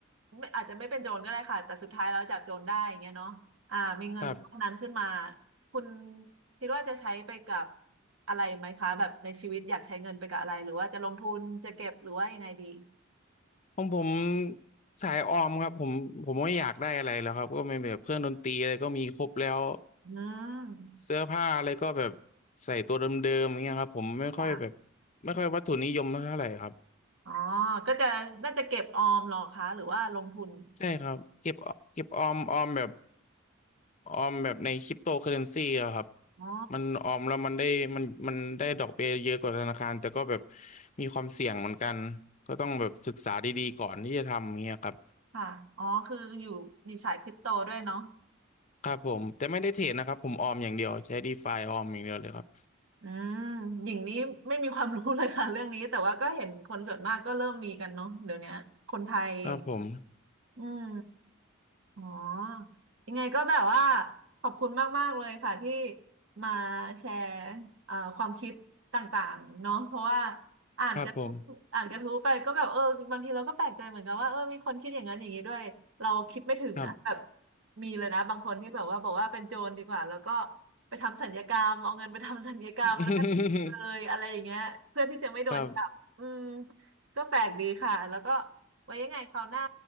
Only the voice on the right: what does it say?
ไม่อาจจะไม่เป็นโจรก็ได้ค่ะแต่สุดท้ายแล้วจับโจรได้อย่างเงี้ยเนาะอ่ามีเงินก้อนนั้นขึ้นมา
คุณคิดว่าจะใช้ไปกับอะไรไหมคะแบบในชีวิตอยากใช้เงินไปกับอะไรหรือว่าจะลงทุนจะเก็บหรือว่ายังไงดี
อืม
ค่ะ
อ๋อก็จะน่าจะเก็บออมเหรอคะหรือว่าลงทุน
อ๋อ
ค่ะอ๋อคืออยู่มีสายคริปโตด้วยเนาะ
อืมหญิงนี้ไม่มีความรู้เลยค่ะ <laughs> เรื่องนี้แต่ว่าก็เห็นคนส่วนมากก็เริ่มมีกันเนาะเดี๋ยวเนี้ยคนไทยอย่างเงี้ย
อืม อ๋อ ยังไงก็แบบว่าขอบคุณมากๆเลยค่ะที่มาแชร์เอ่อความคิดต่างๆเนาะเพราะว่าอ่านกระทู้อ่านกระทู้ไปก็แบบเออบางทีเราก็แปลกใจเหมือนกันว่าเออมีคนคิดอย่างนั้นอย่างนี้ด้วยเราคิดไม่ถึงนะแบบ
มีเลยนะบางคนที่แบบว่าบอกว่าเป็นโจรดีกว่าแล้วก็ไปทำสัญญกรรมเอาเงินไปทำสัญญกรรมแล้วก็เลยอะไรอย่างเงี้ยเพื่อที่จะไม่โดนจับอืม
ก็แปลกดีค่ะแล้วก็ ไว้ยังไงคราวหน้า